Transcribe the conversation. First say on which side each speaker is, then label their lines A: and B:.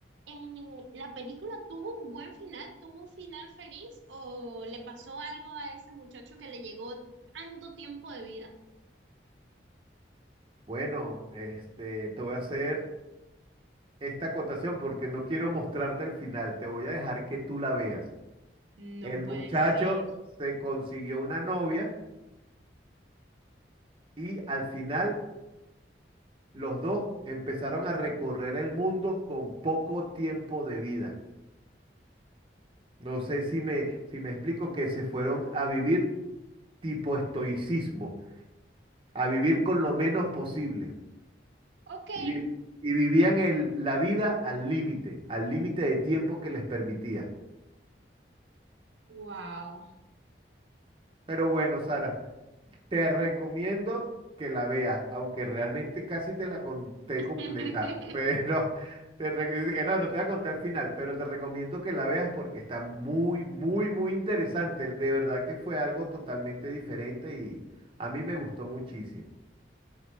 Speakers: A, on the right (about 85°); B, on the right (about 30°).
A: eh, ¿la película tuvo un buen final? ¿Tuvo un final feliz? ¿O le pasó algo a ese muchacho que le llegó tanto tiempo de vida?
B: Bueno, este, te voy a hacer esta acotación porque no quiero mostrarte el final. Te voy a dejar que tú la veas.
A: No
B: El
A: puede
B: muchacho
A: ser.
B: se consiguió una novia y al final los dos empezaron a recorrer el mundo con poco tiempo de vida. No sé si me, si me explico que se fueron a vivir tipo estoicismo, a vivir con lo menos posible.
A: Ok.
B: Y, vi- y vivían el- la vida al límite, al límite de tiempo que les permitía.
A: Wow.
B: Pero bueno, Sara, Te recomiendo que la veas, aunque realmente casi te la conté
A: <laughs>
B: completa, pero <laughs> te re- dice que no, no te voy a contar el final, pero te recomiendo que la veas porque está muy, muy, muy interesante. De verdad que fue algo totalmente diferente y a mí me gustó muchísimo.